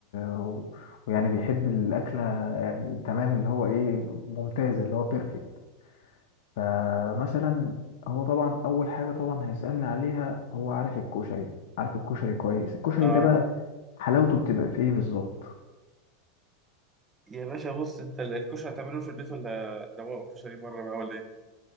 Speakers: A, on the left; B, on the right.
A: و- ويعني بيحب الأكلة يعني تمام اللي هو ايه ممتازة اللي هو بيرفكت فمثلا هو طبعا أول حاجة طبعا هيسألني عليها هو عارف الكشري عارف الكشري كويس الكشري
B: اه
A: ده بقى حلاوته بتبقى في ايه بالظبط
B: يا باشا بص انت ال- الكشري هتعمله في البيت ولا دواء كشري بره بقى ولا ايه